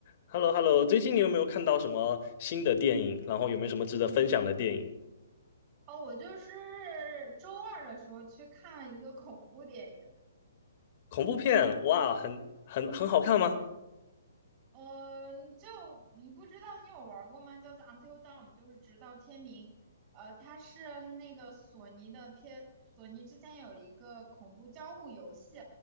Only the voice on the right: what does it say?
哦，我就是周二的时候去看一个恐怖电影，
嗯，你就嗯不知道你有玩过吗？叫做《Until Dawn》，就是直到天明。呃，它是那个索尼的片，索尼之前有一个恐怖交互游戏，